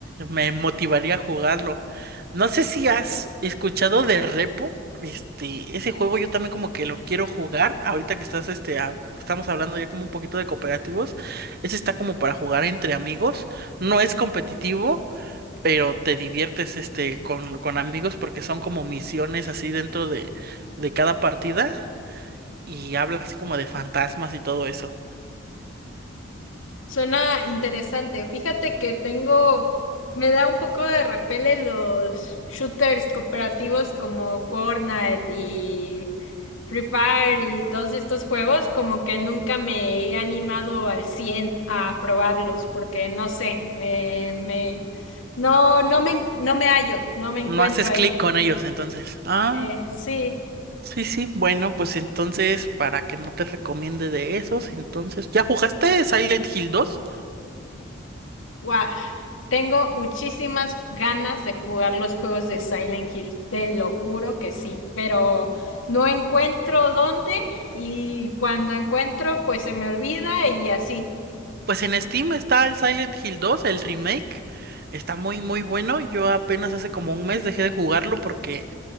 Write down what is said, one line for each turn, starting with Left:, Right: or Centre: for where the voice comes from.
Right: me motivaría a jugarlo. No sé si has escuchado de Repo, este, ese juego yo también como que lo quiero jugar, ahorita que estás, este, a- estamos hablando ya como un poquito de cooperativos, ese está como para jugar entre amigos, no es competitivo, pero te diviertes, este, con, con amigos porque son como misiones así dentro de, de cada partida y habla así como de fantasmas y todo eso.
Left: Suena interesante. Fíjate que tengo, me da un poco de repele los shooters cooperativos como Fortnite y Free Fire y todos estos juegos, como que nunca me he animado al 100 a probarlos, porque no sé, me, me, no, no me, no me hallo, no me encuentro
Right: No haces
Left: ahí.
Right: clic con ellos, entonces. Ah,
Left: Eh, sí.
Right: sí, sí. Bueno, pues entonces, para que no te recomiende de esos, entonces, ¿ya jugaste Silent Hill dos
Left: Guau, tengo muchísimas ganas de jugar los juegos de Silent Hill, te lo juro que sí, pero no encuentro dónde y cuando encuentro, pues se me olvida y así.
Right: Pues en Steam está el Silent Hill dos el remake. Está muy, muy bueno. Yo apenas hace como un mes dejé de jugarlo porque